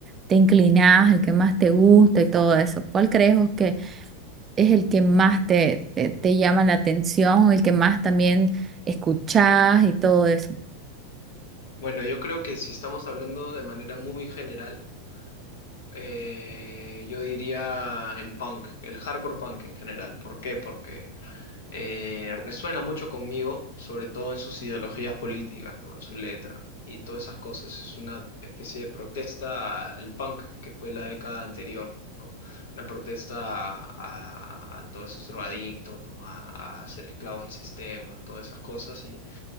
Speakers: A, on the right (about 25°); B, on the left (about 75°).
A: te inclinas, el que más te gusta y todo eso? ¿Cuál crees vos es el que más te, te, te llama la atención, el que más también escuchás y todo eso.
B: Bueno, yo creo que si estamos hablando de manera muy general, eh, yo diría el punk, el hardcore punk en general. ¿Por qué? Porque eh, resuena mucho conmigo, sobre todo en sus ideologías políticas, ¿no? En su letra y todas esas cosas. Es una especie de protesta al punk que fue la década anterior, ¿no? Una protesta a, a- a todos esos drogadictos, ¿no? A, a ser esclavos del sistema, todas esas cosas. Y,